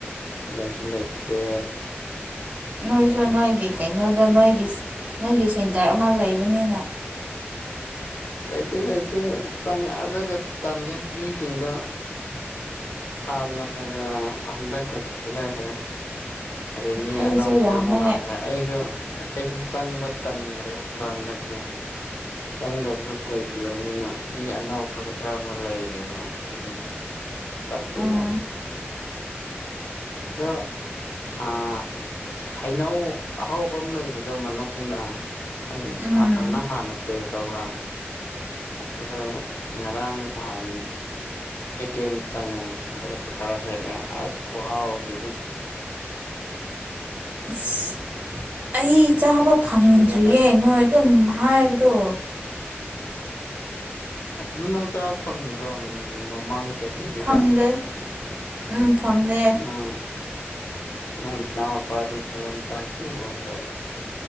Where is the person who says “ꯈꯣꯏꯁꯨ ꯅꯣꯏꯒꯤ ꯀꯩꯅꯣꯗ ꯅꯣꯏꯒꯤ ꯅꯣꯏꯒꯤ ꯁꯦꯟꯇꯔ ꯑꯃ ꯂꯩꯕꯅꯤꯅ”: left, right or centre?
Right